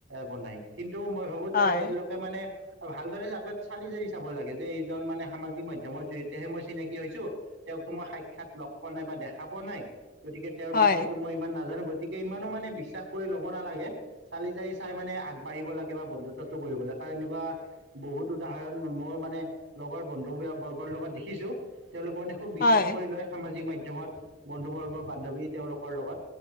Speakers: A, on the right; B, on the left.
A: বনাই কিন <unintelligible> মই ভাবোঁ
B: হয়
A: তেওঁলোকে মানে ভালদৰে আগত চালি জাৰি চাব লাগে যে এইজন মানে সামাজিক মাধ্যমৰ জৰিয়তেহে মই চিনাকি হৈছোঁ, তেওঁ মই সাক্ষাৎ লগ পোৱা নাই বা দেখা পোৱা নাই, গতিকে তেওঁৰ
B: হয়
A: বিষয়টো মই ইমান নাজানো গ <unintelligible> ইমানো মানে বিশ্বাস কৰি ল'ব নালাগে চালি জাৰি চাই মানে আগবঢ়িব লাগে বা বন্ধুত্বটো কৰিব লাগে কাৰণ তেনেকুৱা বহুত উদাহৰণ মোৰ মানে লগৰ বন্ধু বৰ্গৰ লগত দেখিছোঁ। তেওঁলোকে মানে খুব বিশ্বাস
B: হয়
A: কৰি লয় সামাজিক মাধ্যমত বন্ধুবৰ্গ বান্ধৱী তেওঁলোকৰ লগত।